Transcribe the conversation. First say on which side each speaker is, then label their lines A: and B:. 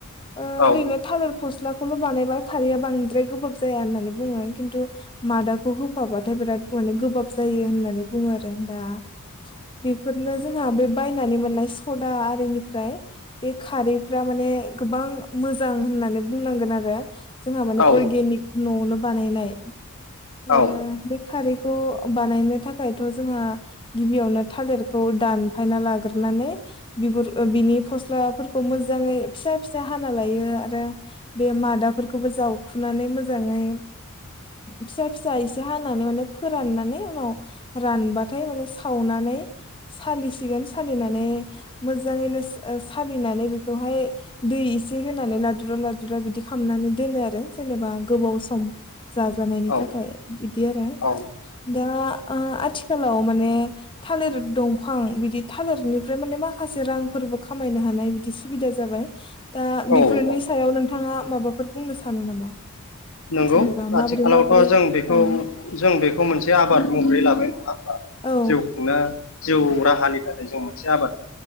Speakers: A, on the left; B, on the left.
A: ओ
B: औ
A: ओरैनो थालिर फस्लाखौल' बानायबा खारैया बांद्राय गोबाब जाया होननानै बुङो खिन्थु मादाखौ होफाबाथाय बिराद माने गोबाब जायो होननानै बुङो आरो दा बेफोरनो जोंहा बे बायनानै मोननाय सदा आरिनिफ्राय बे खारैफ्रा माने गोबां मोजां होननानै बुंनांगोन आरो। जोंहा माने
B: औ
A: अर्गेनिक न'आवनो बानायनाय। ओ
B: औ
A: बे खारैखौ बानायनो थाखायथ' जोंहा गिबियावनो थालिरखौ दानफायना लाग्रो नानै बिगुर ओ बिनि फस लाफोरखौ मोजाङै फिसा फिसा हाना लायो आरो बे मादाफोरखौबो जावखुनानै मोजाङै फिसा फिसा एसे हानानै माने फोराननानै उनाव रानबाथाय माने सावनानो नै सालिसिगोन सालिनानै मोज्जाङैनोस ओ सालिनानै बेखौहाय दै एसे होनानै लादुरा लादुरा बिदि खामनानै दोनो आरो जेनेबा गोबाव सम जाजानायनि
B: औ
A: थाखाय बिदि आरो
B: औ
A: दा ओ आथिखालाव माने थालिर दंफां बिदि थालिरनिफ्राय माने माखासे रांफोरबो खा खामायनो हानाय बिदि सुबिदा जाबाय दा बेफोरनि
B: औ
A: सायाव नों थाङा माबाफोर बुंनो सानो नामा?
B: नंगौ
A: जेनेबा माबोरै
B: आथिखालावथ'
A: माबोरै
B: जों बेखौ
A: औ
B: जों बेखौ मोनसे आबाद महरै लाबाय नङा होमबा?
A: औ
B: जिउ खुंनो जिउ राहानि थाखाय जों मोनसे आबाद